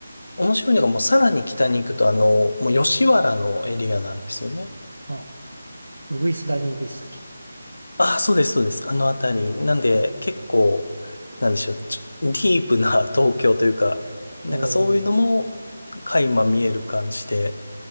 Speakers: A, on the left; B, on the right.
A: 面白いのがもうさらに北に行くと、あの、もう吉原のエリアなんですよね。
B: あ、ウグイスダニでしたっけ
A: あ、そうです、そうです。あのあたり。なんで、結構、なんでしょう。ちょディープな東京というか、なんかそういうのも
B: おー。
A: 垣間見える感じで、